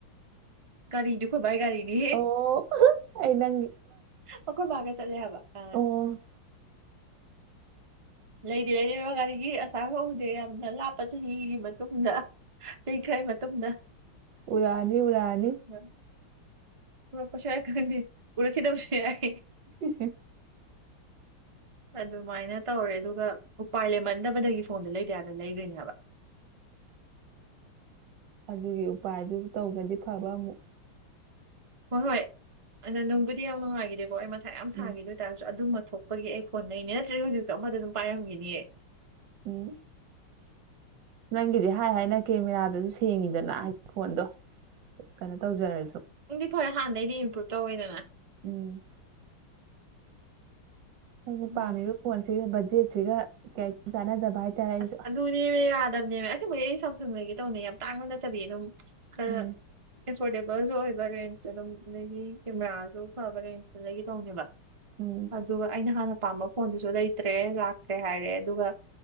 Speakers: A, on the right; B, on the right.
A: ꯔꯤꯅꯤꯗꯨ ꯈꯣꯏꯕꯥ ꯔꯤꯅꯤ
B: ꯑꯣ ꯑꯩ ꯅꯪꯒꯤ
A: ꯑꯣ ꯈꯣꯏꯕꯒ ꯆꯗꯦꯕ ꯀꯥ
B: ꯑꯣ
A: ꯂꯩꯗꯤ ꯂꯩꯔꯕ ꯒꯥꯔꯤꯒꯤ ꯑꯁꯥ ꯀꯧꯗꯦ ꯌꯥꯝꯅ ꯂꯥꯞꯄ ꯆꯍꯤꯒꯤ ꯃꯇꯨꯡꯗ ꯆꯍꯤ ꯈꯔꯒꯤ ꯃꯇꯨꯡꯗ
B: ꯎꯔꯛꯑꯅꯤ ꯎꯔꯛꯑꯅꯤ
A: ꯎ ꯄꯨꯔꯛꯄꯁꯥꯏ ꯈꯪꯗꯤ ꯄꯨꯔꯈꯤꯗꯕꯁꯨ ꯌꯥꯏ
B: ꯎ
A: ꯑꯗꯨꯃꯥꯏꯅ ꯇꯧꯔꯦ ꯑꯗꯨꯒ ꯎꯄꯥꯏ ꯂꯩꯃꯟꯗꯕꯗꯒꯤ ꯐꯣꯟꯗꯣ ꯂꯩꯇꯌꯥꯗꯅ ꯂꯩꯈ꯭ꯔꯤꯅꯦꯕ
B: ꯑꯗꯨꯒꯤ ꯎꯄꯥꯏꯗꯨ ꯇꯧꯒꯗꯤ ꯐꯕ ꯑꯃꯨꯛ
A: ꯍꯣꯏ ꯍꯣꯏ ꯑꯗ ꯅꯅꯨꯡꯕꯨꯗꯤ ꯌꯥꯝ ꯅꯨꯡꯉꯥꯏꯈꯤꯗꯦꯀꯣ ꯑꯩ ꯃꯊꯥꯏ ꯌꯥꯝ
B: ꯎꯝ
A: ꯁꯥꯈꯤꯗ ꯑꯣꯏꯇꯥꯔꯁꯨ ꯑꯗꯨ ꯊꯣꯛꯄꯒꯤ ꯑꯩ ꯐꯣꯟ ꯂꯩꯩꯅꯦ ꯅꯠꯇ꯭ꯔ ꯍꯧꯖꯤꯛꯁꯨ ꯑꯃꯗ ꯑꯗꯨꯝ ꯄꯥꯏꯔꯝꯒꯅꯦꯌꯦ
B: ꯎꯝ ꯅꯪꯒꯤꯗꯤ ꯍꯥꯏ ꯍꯥꯏꯅ ꯀꯦꯃꯦꯔꯥꯗꯨꯁꯨ ꯁꯦꯡꯉꯤꯗꯅ ꯍꯥꯏꯗꯤ ꯐꯣꯟꯗꯣ ꯀꯩꯅꯣ ꯇꯧꯖꯔꯁꯨ
A: ꯐꯔ ꯍꯥꯟꯅꯩꯗꯤ ꯏꯝꯄ꯭ꯔꯨꯨꯞ ꯇꯧꯋꯦꯗꯅ
B: ꯎꯝ ꯑꯩꯅ
A: ꯎꯝ
B: ꯄꯥꯝꯃꯤꯕ ꯐꯣꯟꯁꯤꯒ ꯕꯖꯦꯠꯁꯤꯒ ꯀꯌꯥ ꯆꯥꯟꯅꯗꯕ ꯍꯥꯏꯇꯥꯔꯦ ꯑꯩꯁꯨ
A: ꯑꯁ ꯑꯗꯨꯅꯦꯕ ꯌꯥꯗꯕꯅꯦꯕ ꯑꯁꯦꯡꯕ ꯑꯩ ꯁꯝ ꯁꯨꯡꯅꯒꯤ ꯇꯧꯅꯦ ꯌꯥꯝ ꯇꯥꯡꯕ ꯅꯠꯇꯕꯤ ꯑꯗꯨꯝ ꯈꯔ
B: ꯎꯝ
A: ꯑꯦꯐꯣꯔꯗꯦꯕꯜꯁꯨ ꯑꯣꯏꯕ ꯔꯦꯟꯁ ꯑꯗꯨꯝ ꯑꯒꯤ ꯀꯦꯃꯦꯔꯥꯁꯨ ꯐꯕ ꯔꯦꯟꯁꯇꯨꯗꯒꯤ ꯇꯧꯅꯦꯕ
B: ꯎꯝ
A: ꯑꯗꯨꯒ ꯑꯩꯅ ꯍꯥꯟꯅ ꯄꯥꯝꯕ ꯐꯣꯟꯗꯨꯁꯨ ꯂꯩꯇ꯭ꯔꯦ ꯂꯥꯛꯇ꯭ꯔꯦ ꯍꯥꯏꯔꯦ ꯑꯗꯨꯒ